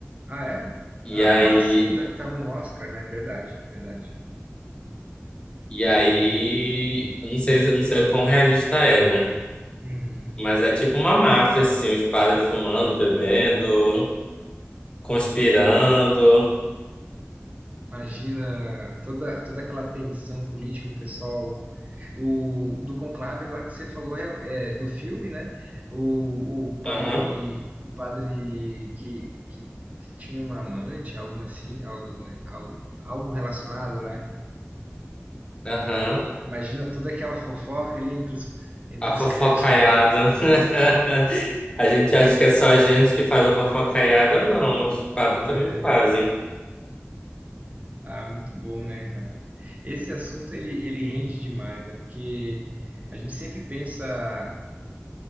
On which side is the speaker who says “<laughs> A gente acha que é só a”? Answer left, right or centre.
Left